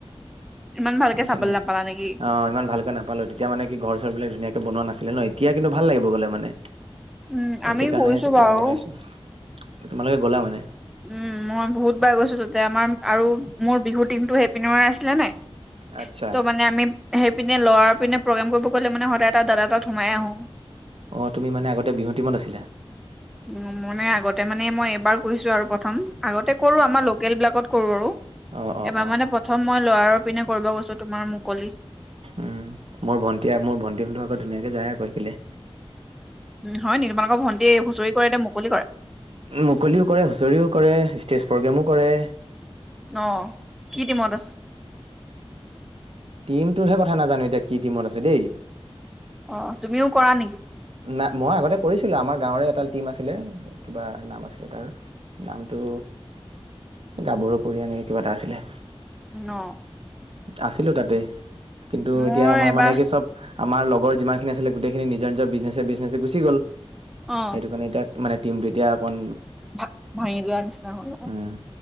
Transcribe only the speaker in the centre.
ইমান ভালকে
চাবলৈ
নাপালা নেকি?
উম,
আমি
গৈছো
বাৰু।
উম, মই বহুত বাৰ গৈছো, তাতে আমাৰ আৰু মোৰ বিহুৰ টিমটো সেইপিনৰে আছিলে নাই!
ত' মানে আমি সেইপিনে লোৱাৰপিনে প্ৰগ্ৰেম কৰিব গ'লে মানে সদায় এটা দাদা তাত সোমায়ে আহো।
উম মানে আগতে মানে মই এবাৰ ফুৰিছোঁ আৰু প্ৰথম। আগতে কৰোঁ, আমাৰ লোকেলবিলাকত কৰোঁ আৰু!
এবাৰ
মানে প্ৰথম মই লোৱাৰত পিনে কৰিব গৈছো তোমাৰ মুকলি
উম হয় নি? তোমালোকৰ ভণ্টিয়ে হুঁচৰি কৰে, এতিয়া মুকলি কৰে?
অ' কি টীমত আছে?
অ তুমিও কৰা নিকি?
ন
মোৰ
এবাৰ
অ'।
ভা ভাঙি যোৱা নিচিনা হল